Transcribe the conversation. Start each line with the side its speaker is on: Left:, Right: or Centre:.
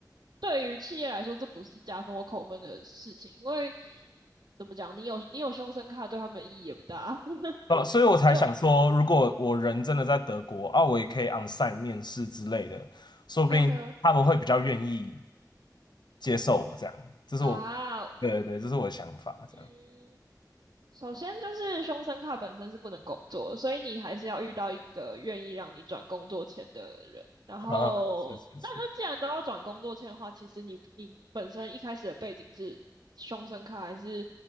Right: 对于企业来说，这不是加分或扣分的事情，因为怎么讲，你有你有终身卡对他们意义也不大。<laughs>
Left: 呃，所以我才想说，
Right: 就
Left: 如果我人真的在德国啊，我也可以 onsite 面试之类的，说不定他们会比较愿意
Right: 嗯哼
Left: 接受我这样。这是我，
Right: 啊，
Left: 对对对，这是我的想法这样。
Right: 嗯，首先就是凶生卡本身是不能工作所以你还是要遇到一个愿意让你转工作签的人。然后，
Left: 啊，是是是。
Right: 那那既然都要转工作签的话，其实你你本身一开始的背景是凶生卡还是